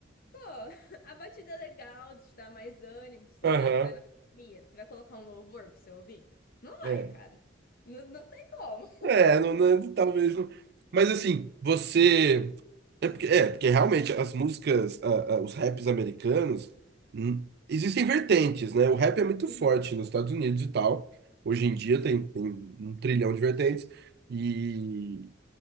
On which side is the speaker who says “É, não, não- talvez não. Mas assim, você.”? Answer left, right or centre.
Right